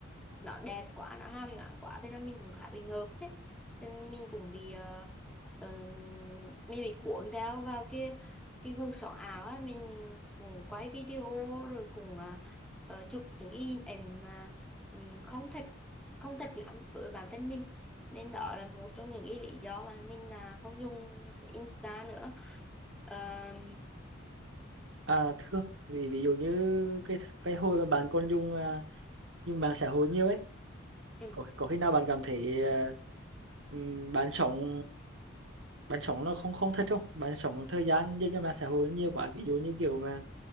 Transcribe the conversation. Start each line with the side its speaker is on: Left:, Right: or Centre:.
Centre: nó đẹp quá nó hào nhoáng quá thế là mình cũng khá bị ngợp thế thế nên mình cũng bị ờ, ờ, mình bị cuốn theo vào cái cái guồng sóng ảo á mình cũng quay video rồi cũng ờ, ờ, chụp những cái hình ảnh mà ừm, không thích không thích lắm đối với bản thân mình nên đó là một trong những cái lý do mà mình à, không dùng Insta nữa Ờm,
Right: à thưa vì ví dụ như cái cái hồi mà bạn còn dùng à, dùng mạng xã hội nhiều ấy
Centre: ừ.
Right: có có khi nào bạn cảm thấy à, ừm, bạn sống bạn sống nó không không thật không bạn sống thời gian dành cho mạng xã hội nhiều quá ví dụ như kiểu mà